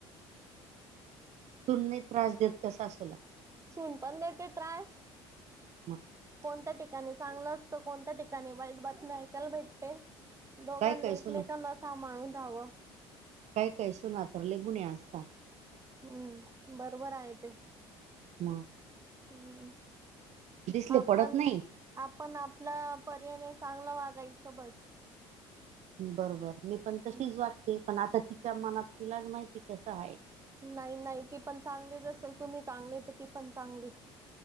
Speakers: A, on the right; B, on the right.
A: सून नाही त्रास देत का सासू ला?
B: सून पण देते त्रास.
A: मग?
B: कोणत्या ठिकाणी चांगलं असतं. कोणत्या ठिकाणी वाईट बातमी ऐकायला भेटते. दोघांनी
A: काय काय
B: एकमेकांना
A: सुन
B: सांभाळून रहावं.
A: काही काही सुना तर लई गुणी असता.
B: हम्म. बरोबर आहे ते.
A: म.
B: हम्म,
A: दिसले
B: आपण
A: पडत नाही.
B: आपण, आपल्या परीने चांगलं वागायचं बस.
A: बरोबर, मी पण तशीच
B: हम्म
A: वागते, पण आता तिच्या मनात तिलाच माहिती कसं आहे.
B: नाही, नाही ती पण चांगलीच असल, तुम्ही चांगल तर ती पण चांगली.